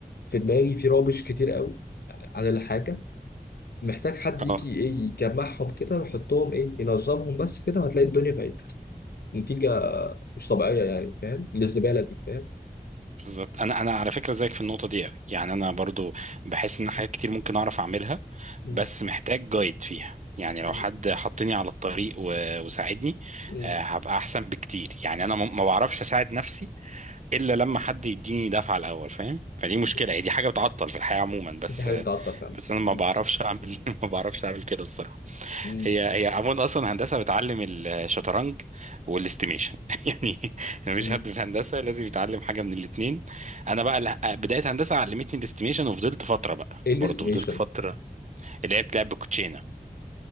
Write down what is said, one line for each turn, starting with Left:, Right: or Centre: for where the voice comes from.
Left: في دماغي في رابش كتير قوي عن الحاجه محتاج حد
Right: اه
Left: يجي ايه يجمعهم كده ويحطهم ايه ينظمهم بس كده وهتلاقي الدنيا بقت نتيجه مش طبيعيه يعني فاهم للزباله دي فاهم
Right: بالظبط انا انا على فكره زيك في النقطه دي قوي يعني انا برضو بحس ان حاجات كتير ممكن اعرف اعملها
Left: مم.
Right: بس محتاج جايد فيها يعني لو
Left: مم.
Right: حد حطني على الطريق و- وساعدني
Left: مم.
Right: آه، هبقى احسن بكتير يعني انا ما ما بعرفش اساعد نفسي الا لما حد يديني دفعه الاول فاهم فدي مشكله
Left: مم.
Right: هي دي حاجه بتعطل في الحياه عموما بس
Left: دي حاجه
Right: آه،
Left: بتعطل فعلا
Right: بس انا
Left: مم.
Right: ما بعرفش اعمل <laughs> ما بعرفش اعمل كده الصراحه
Left: مم.
Right: هي هي عموما اصلا هندسه بتعلم الشطرنج والاستيميشن <laughs> يعني مفيش
Left: مم.
Right: حد في هندسه لازم يتعلم حاجه من الاثنين انا بقى لا- بدايه هندسه علمتني الاستيميشن وفضلت فتره بقى
Left: ايه
Right: برضه
Left: الاستيميشن
Right: فضلت فتره لعبت لعب بالكوتشينه